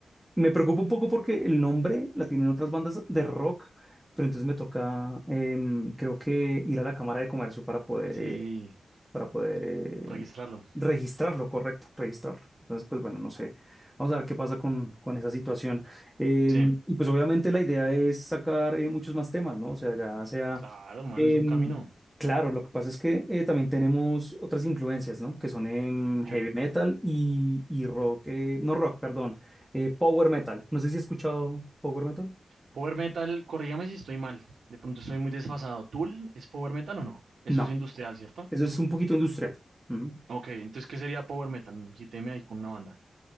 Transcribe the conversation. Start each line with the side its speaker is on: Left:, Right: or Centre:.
Centre: me preocupa un poco porque el nombre la tienen otras bandas de rock, pero entonces me toca, em, creo que ir a la Cámara de Comercio para poder
Right: Sí,
Centre: eh, para poder eh,
Right: registrarlo.
Centre: registrarlo, correcto, registrarlo. Entonces, pues bueno, no sé. Vamos a ver qué pasa con, con esa situación. Em,
Right: Sí,
Centre: y pues obviamente la idea es sacar eh, muchos más temas, ¿no? O sea, ya sea...
Right: claro, hermano,
Centre: em,
Right: es un camino.
Centre: claro, lo que pasa es que eh, también tenemos otras influencias, ¿no? Que son en
Right: Sí.
Centre: heavy metal y, y rock, eh, no rock, perdón, eh, power metal. No sé si has escuchado power metal.
Right: Power Metal, corrígame si estoy mal, de pronto estoy muy desfasado. ¿Tool es Power Metal o no? Eso
Centre: No,
Right: es industrial, ¿cierto?
Centre: eso es un poquito industrial. Ujú.
Right: Ok, entonces, ¿qué sería Power Metal? Quíteme ahí con una banda.